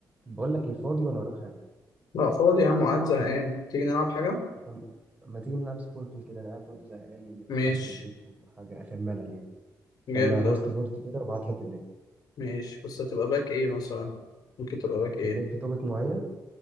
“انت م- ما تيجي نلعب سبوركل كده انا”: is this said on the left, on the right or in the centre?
Right